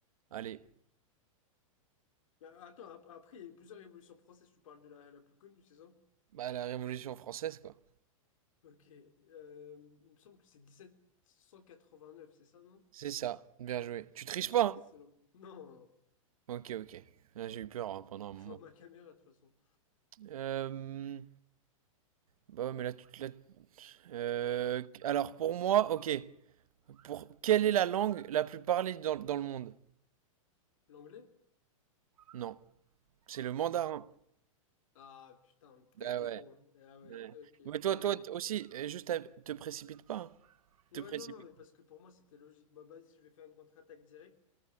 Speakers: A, on the right; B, on the left.
A: Allez.
B: Là, attends, ap- après, il y a eu plusieurs révolutions françaises, tu parles de la, la plus connue, c'est ça?
A: Bah, la Révolution française, quoi.
B: Ok. euh, il me semble que c'est 1789, c'est ça, non?
A: C'est ça. Bien joué. Tu triches pas,
B: Excellent.
A: hein?
B: Non,
A: Ok, ok. Là, j'ai eu peur hein, pendant un moment.
B: tu vois ma caméra, de toute façon.
A: Euh... Bah ouais, mais là, tu te Euh... Alors, pour moi, ok. Pour... Quelle est la langue la plus parlée dans, dans le monde?
B: L'anglais?
A: Non, c'est le mandarin.
B: Ah, putain,
A: Bah
B: t'as été
A: ouais.
B: bon. hein. Ah ouais,
A: ouais.
B: ok,
A: Mais toi,
B: bah
A: toi
B: allez.
A: t- aussi, euh, juste, à- te précipite pas. hein.
B: Ouais,
A: Te précipite.
B: non, non, mais parce que pour moi, c'était logique. Bah, vas-y, je vais faire une contre-attaque directe.